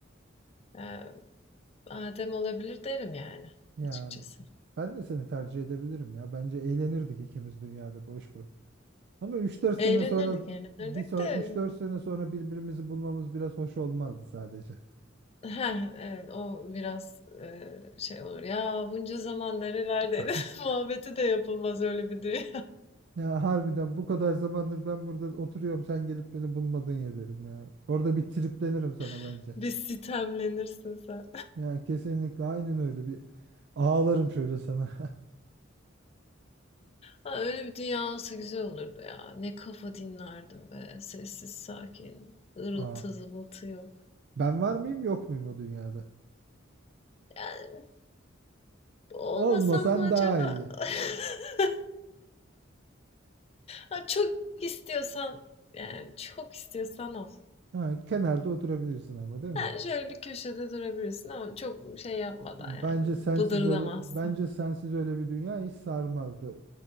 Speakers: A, on the left (about 30°); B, on the right (about 55°).
A: e, Adem olabilir derim yani
B: Yani
A: açıkçası.
B: ben de seni tercih edebilirim ya. Bence eğlenirdik ikimiz dünyada boş boş. Ama üç dört sene
A: Eğlenirdik,
B: sonra
A: eğlenirdik
B: bir son
A: de
B: 3-4 sene sonra birbirimizi bulmamız biraz hoş olmazdı sadece.
A: Heh, evet, o biraz, eee, şey olur. "Ya, bunca zaman nerelerdeydin?"
B: <laughs>
A: <laughs> muhabbeti de yapılmaz öyle bir dünya.
B: Ya harbiden bu kadar zamandır ben burada oturuyorum sen gelip beni bulmadın ya derim ya. Orada bir triplenirim sana
A: <laughs>
B: bence.
A: Bir sitemlenirsin sen.
B: Yani kesinlikle aynen öyle bir ağlarım şöyle sana.
A: Ha, öyle bir dünya olsa güzel olurdu ya. Ne kafa dinlerdim be. Sessiz, sakin. Irıltı
B: <laughs> Aa,
A: zıvıltı yok.
B: ben var mıyım yok muyum o dünyada?
A: Yani olmasan
B: Olmasan
A: mı acaba?
B: daha iyi.
A: <laughs> Ha, çok istiyorsan, yani çok istiyorsan al.
B: Ha, kenarda oturabilirsin ama değil mi?
A: Yani şöyle bir köşede durabilirsin ama çok şey yapmadan
B: Bence
A: yani
B: sensiz
A: bıdırdamazsan.
B: öyle bence sensiz öyle bir dünya hiç sarmazdı.